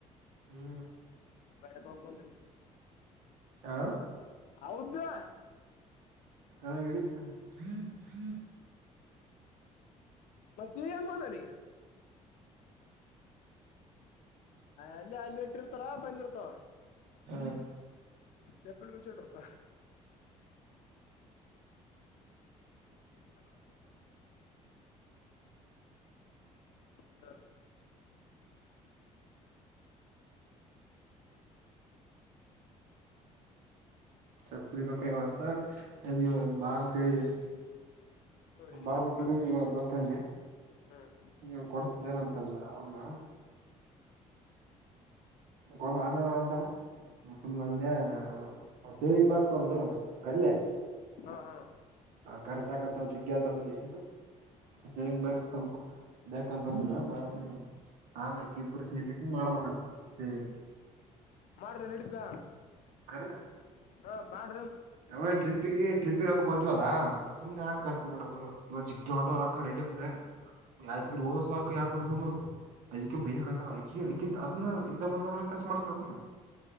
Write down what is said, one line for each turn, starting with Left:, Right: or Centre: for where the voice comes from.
Right: ಹೂ
Left: ಮಳೆ ಪಕ್ಕಂದ
Right: ಆ
Left: ಹೌದವಾ
Right: ಅಣ್ಣ ಇಳಿತೀನಿ ಅಣ್ಣ
Left: ಮತ್ತೆ ನೀ ಹೆಂಗ ಬಂದಲ್ಲಿಿಗೆ ಅಲ್ಲಿೇ ಅಲ್ಲಿ ಇಟ್ಟಿರ್ತಾರ ಬಂದಿರ್ತವ
Right: ಹ
Left: ಚಪ್ಪಿಲ್ ಬಿಚ್ಚಟ್ಟರುಕ್ಕಾ ಹಲೋ ಜ
Right: ಚಪ್ಪಲಿ ಬೇಕಾಗ್ಯವಂತ ನೀವು ಬಾ ಅಂತೇಳಿದೆ
Left: ಹ್ಮ್ ಇಲ್ಲಿ
Right: ಬಾರ
Left: ಶಾಪುರ್ಕ
Right: ಬಕಿಲ ತಲ್ಲಿ
Left: ಹ್ಮ್
Right: ನೀ ಕೊಡ್ಸ್ದೇನ ಅಂತಂದು ಅಂದ ಹೂ ಆಮೇಲೆ ಅಂತ ಸುಮ್ನೆಂದೇ ಶೇವಿಂಗ್ ಬಾಕ್ಸ್ ಒಂದು ಗಲ್ಲೆ
Left: ಹಾ ಹಾ
Right: ಹ ರ್ಚ ಹಾಕತ್ ಚಿಗ್ಗತ ಅಲ್ಲಿಸ ಸೇವಿಂಗ್ ಬ್ಯಾಗ್ಸ್ ತ ಬ್ಯಾ ಅಂತಂದ ಹ ಹ ನಾನಾಕ್ಕಿಬ್ಬರು ಸೇರಿನ್ ಮಾಡ್ಬೇಕಂತ ಸೇವೆಂಗ
Left: ಮಾಡ್ರೆ ನಿಡತಾ
Right: ಕರೆ
Left: ಹೂ ಮಾಡ್
Right: ಯಾವೇನ್ ಟ್ರಿಪ್ಪಿಗೆ ಟ್ರಿಪ್ಿ ಇರ ಕೋತಿವಲ್ಲ ಸುಮ್ನೆ ಯಾಕ್
Left: ಹ
Right: ಖರ್ಚ್ ಮಾಡೋದು ಜಗ್ಗಿ ಅವರಕ್ಕಾ ರೆಡಿ ಆ ಯಾದಗಿರಿ
Left: ಹ್ಮ
Right: ವರ್ಷ ಯು ಇ ಮುನ್ನೂರು ಅದಕ್ಕೆ ಬೈ ಹಾಕಂತ ಆಕಿ ಆಕಿದ್ ಅದ್ನ ಇಂದ ಮುನ್ನೂರಾ ಖರ್ಚು ಮಾಡ್ತ ಅದ್ ಹ